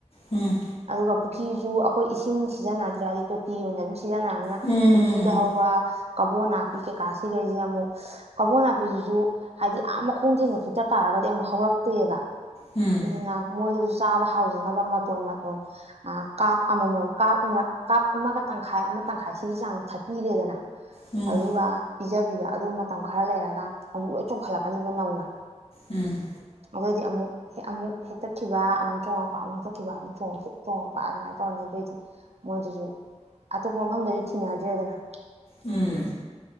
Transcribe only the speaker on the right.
ꯗꯨꯒ ꯄꯨꯈꯤꯖꯨ ꯑꯈꯣꯏ ꯏꯁꯤꯡ ꯁꯤꯖꯟꯅꯗ꯭ꯔꯦ ꯗꯤ ꯇꯣꯇꯤ ꯑꯣꯏꯅ ꯗꯨꯝ ꯁꯤ ꯁꯤꯖꯟꯅꯔꯝꯅꯤꯅ
ꯄꯨꯈꯤꯗ ꯍꯧꯕ ꯀꯕꯣ ꯅꯥꯄꯤ ꯀꯩꯀꯥ ꯁꯤꯒꯩꯖꯦ ꯑꯃꯨꯛ ꯀꯕꯣ ꯅꯥꯄꯤꯖꯤꯖꯨ ꯍꯥꯏꯗꯤ ꯑꯥ ꯃꯈꯣꯡ ꯊꯦꯡꯅ ꯐꯨꯛꯇꯠ ꯇꯥꯔꯒꯗꯤ ꯑꯃꯨꯛ ꯍꯧꯔꯛꯇꯦꯕ
ꯑꯗꯨꯅ ꯃꯣꯏꯗꯖꯨ ꯆꯥꯕ ꯍꯥꯎꯖꯅꯕ ꯃꯇꯣꯟꯅ ꯑꯥ ꯀꯥꯞ ꯑꯃꯃꯝ ꯀꯥꯞ ꯑꯃ ꯀꯥꯞ ꯑꯃꯒ ꯇꯪꯈꯥꯏ ꯑꯃ ꯇꯪꯈꯥꯏ ꯁꯤꯒꯤ ꯆꯥꯡ ꯊꯠꯄꯤꯔꯦꯗꯅ
ꯑꯗꯨꯒ ꯄꯤꯖꯕꯤꯕ ꯑꯗꯨ ꯃꯇꯝ ꯈꯔ ꯂꯩꯔꯒ ꯑꯃꯨꯛ ꯂꯣꯏ ꯆꯣꯡꯈꯠꯂꯛꯀꯅꯤꯕ ꯅꯧꯅ
ꯑꯗꯣꯏꯗꯤ ꯑꯃꯨꯛꯍꯦꯛ ꯑꯃꯨꯛ ꯍꯦꯛꯇꯠꯈꯤꯕ ꯑꯃꯨꯛ ꯆꯣꯡꯉꯛꯄ ꯑꯃꯨꯛ ꯍꯦꯛꯇꯠꯈꯤꯕ ꯑꯃꯨꯛ ꯆꯣꯡꯉꯛꯈꯤ ꯆꯣꯡꯉꯛꯄ ꯑꯗꯨꯃꯥꯏ ꯇꯧꯔꯅꯤ ꯑꯗꯣꯢꯗꯤ ꯃꯣꯏꯗꯖꯨ ꯑꯇꯣꯞꯄ ꯃꯐꯝꯗꯖꯨ ꯊꯤꯅꯗ꯭ꯔꯦꯗꯅ